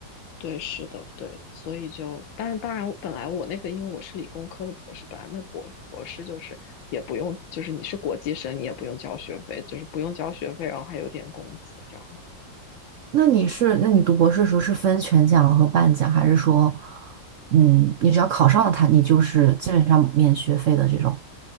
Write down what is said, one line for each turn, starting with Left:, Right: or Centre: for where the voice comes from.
Left: 对，是的，对，所以就，但是当然，本来我那个，因为我是理工科的博士，本来那博博士就是也不用，就是你是国际生，你也不用交学费，就是不用交学费，然后还有点工资这样。
Right: 那你是，那你读博士的时候是分全奖和半奖，还是说，嗯，你只要考上了它，你就是基本上免学费的这种？